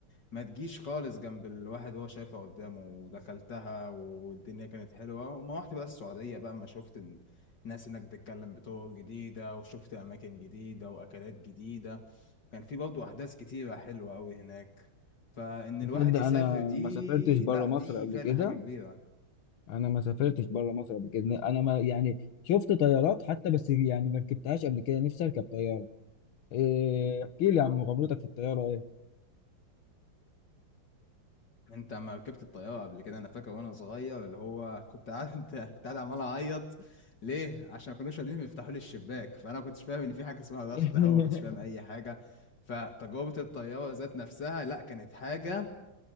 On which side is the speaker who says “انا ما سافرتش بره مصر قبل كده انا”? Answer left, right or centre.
Left